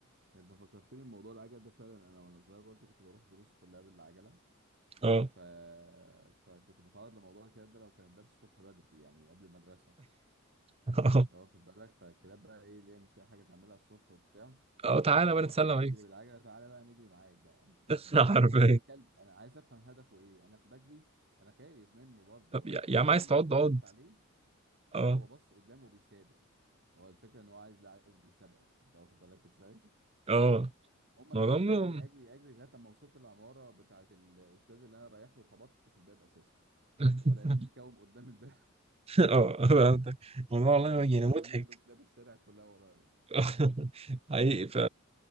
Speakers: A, on the right (about 55°); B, on the right (about 30°).
A: انت فكرتني بموضوع العجل ده فعلا انا وانا صغير برضو كنت بروح دروسي كلها بالعجله
B: اه
A: ف... فكنت بتعرض لموضوع الكلام ده لو كان الدرس الصبح بدري يعني قبل المدرسه
B: اه
A: انت واخد بالك فالكلاب بقى ايه اللي هي مش لاقي حاجه تعملها الصبح وبتاع
B: اه تعالى
A: وده
B: بقى نتسلم
A: واحد
B: عليك
A: بيجري بالعجله تعالى بقى نجري معاك بقى انت
B: <laughs>
A: واخد بالك انا
B: عارفين
A: ببص على الكلب انا عايز افهم هدفه ايه انا بجري انا خايف منه برضه
B: طب يا
A: بجري
B: يا عم عايز تقعد
A: فببص
B: اقعد
A: عليه لا
B: اه
A: هو بص قدامه بيسابق هو الفكره ان هو عايز لا عايز بيسابقك انت واخد بالك ازاي
B: اه
A: هم انا
B: الموضوع
A: فضلت اجري
B: م-
A: اجري اجري لغايه ما وصلت العماره بتاعه الاستاذ اللي انا رايح له خبطت في الباب اساسا
B: <laughs>
A: هو لاني متكوم قدام الباب
B: اه فهمتك الموضوع
A: <laughs>
B: والله يعني
A: وجماله
B: مضحك
A: كلاب الشارع كلها ورايا
B: <laughs> حقيقي ف